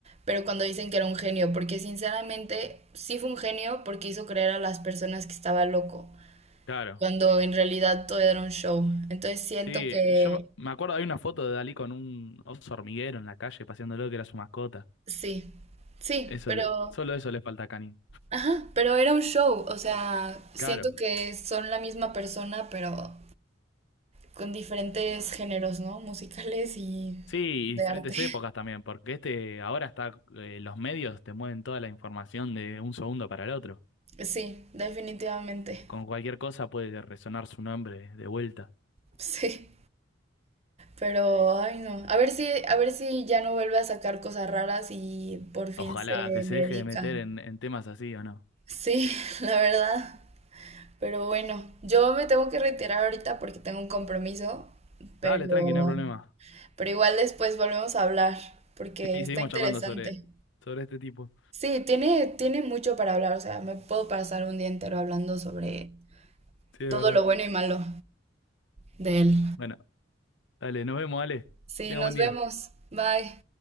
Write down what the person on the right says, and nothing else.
pero cuando dicen que era un genio, porque sinceramente sí fue un genio porque hizo creer a las personas que estaba loco
cuando en realidad todo era un show. Entonces siento
que
Sí, sí,
pero,
ajá, pero era un show, o sea, siento
que son la misma persona, pero con diferentes géneros, ¿no? Musicales y
de
arte. <laughs>
Sí, definitivamente,
sí, pero, ay no, a ver si, a ver si ya no vuelve a sacar cosas raras y por fin
se
me
dedica.
Sí, <laughs> la verdad. Pero bueno, yo me tengo que retirar ahorita porque tengo un compromiso, pero
Pero igual después volvemos a hablar, porque
está
interesante.
Sí, tiene, tiene mucho para hablar, o sea, me puedo pasar un día entero hablando sobre
todo
lo bueno y malo de él.
Sí,
nos
vemos. Bye.